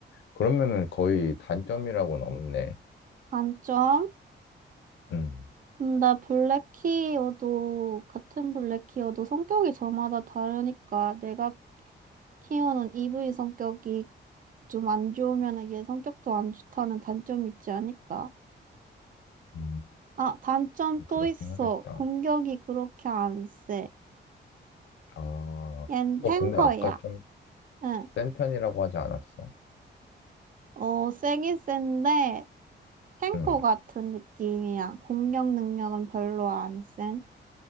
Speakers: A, on the left; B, on the right.
A: 그러면은 거의 단점이라고는 없네.
B: 단점?
A: 음,
B: 근데 블랙키어도, 같은 블랙키어도 성격이 저마다 다르니까 내가 키오는 EV 성격이 좀 안 좋으면 얘 성격도 안 좋다는 단점이 있지 않을까?
A: 음,
B: 아, 단점 또
A: 그렇긴
B: 있어.
A: 하겠다.
B: 공격이 그렇게 안 세.
A: 아, 어,
B: 얜 탱커야.
A: 근데 아까 좀
B: 응.
A: 센 편이라고 하지 않았어?
B: 어, 세긴 센데, 탱커
A: 음,
B: 같은 느낌이야. 공격 능력은 별로 안 센.